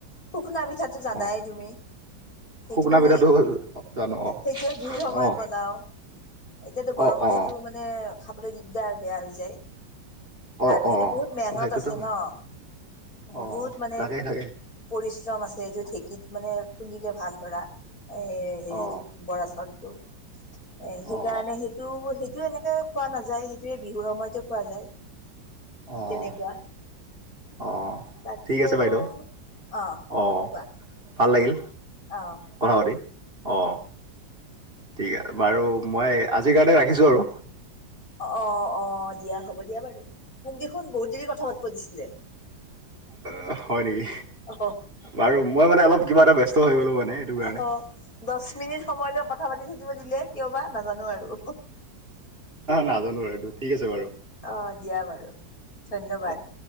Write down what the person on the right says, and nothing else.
অ
শুকনা
পিঠাটো জানো
অ
অ অ অ
অ
অ
অ সেইটোতো
হয় অ
তাকে
তাকে
অ
অ
অঁ
অঁ
ঠিক আছে
বাইদেউ
অঁ
ভাল লাগিল
কথা পাতি অ ঠিক আছে বাৰু মই আজিৰ কাৰণে ৰাখিছো আৰু
অ হয় নেকি
বাৰু মই মানে অলপ কিবা এটা ব্যস্ত হৈ গলো মানে সেইটো কাৰণে
নাজানো আৰু এইটো ঠিক আছে বাৰু
অঁ